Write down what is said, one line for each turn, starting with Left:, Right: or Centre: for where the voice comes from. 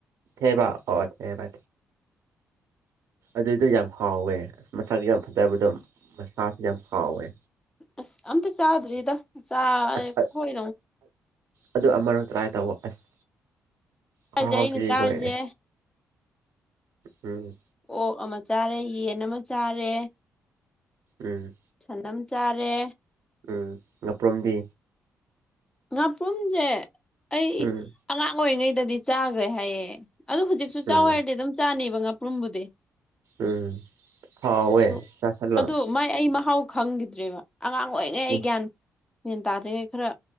Right: ꯊꯦꯕꯥ ꯑꯣ ꯊꯦꯕ ꯑꯗꯨꯏꯗꯣ ꯌꯥꯝ ꯍꯥꯎꯋꯦ ꯑꯁ ꯃꯁꯥꯁꯨ ꯌꯥꯝ ꯐꯖꯕꯗꯣ ꯃꯁꯥꯁꯨ ꯌꯥꯝ ꯍꯥꯎꯋꯦ꯫
Left: ꯑꯁ ꯑꯝꯇ ꯆꯥꯗ꯭ꯔꯤꯗ ꯆ
Right: ꯑꯁ
Left: ꯈꯣꯏ
Right: ꯑꯗꯨ ꯑꯃꯔꯛ ꯇ꯭ꯔꯥꯏ ꯇꯧꯕ ꯑꯁ
Left: ꯆꯥꯔꯤꯁꯦ
Right: ꯈꯍꯥꯎꯁꯤꯗꯤ
Left: ꯑꯩꯅ ꯆꯥꯔꯤꯁꯦ
Right: ꯂꯣꯏꯔꯦ꯫ ꯎꯝ
Left: ꯑꯣꯛ ꯑꯃ ꯆꯥꯔꯦ ꯌꯦꯟ ꯑꯃ ꯆꯥꯔꯦ
Right: ꯎꯝ
Left: ꯁꯟ ꯑꯝ ꯆꯥꯔꯦ
Right: ꯎꯝ ꯉꯄ꯭ꯔꯨꯝꯗꯤ?
Left: ꯉꯥꯄ꯭ꯔꯨꯝ ꯖꯦ ꯑꯩ
Right: ꯎꯝ
Left: ꯑꯉꯥꯡ ꯑꯣꯏꯔꯤꯉꯩꯗꯗꯤ ꯆꯥꯈ꯭ꯔꯦ ꯍꯥꯏꯌꯦ꯫ ꯑꯗꯨ ꯍꯧꯖꯤꯛꯁꯨ
Right: ꯎꯝ
Left: ꯆꯥꯎ ꯍꯥꯏꯔꯗꯤ ꯑꯗꯨꯝ ꯆꯥꯅꯤꯕ ꯉꯥꯄ꯭ꯔꯨꯝꯕꯨꯗꯤ꯫
Right: ꯎꯝ ꯍꯥꯎꯋꯦ
Left: ꯀꯩꯁꯨ
Right: ꯆꯁꯜꯂꯣ꯫
Left: ꯑꯗꯨ ꯃꯥꯏ ꯑꯩ ꯃꯍꯥꯎ ꯈꯪꯈꯤꯗ꯭ꯔꯦꯕ ꯑꯉꯥꯡ ꯑꯣꯏꯔꯤꯉꯩ
Right: ꯎꯝ
Left: ꯑꯩ ꯒ꯭ꯌꯥꯟ ꯃ꯭ꯌꯥꯟ ꯇꯥꯗ꯭ꯔꯤꯉꯩ ꯈꯔ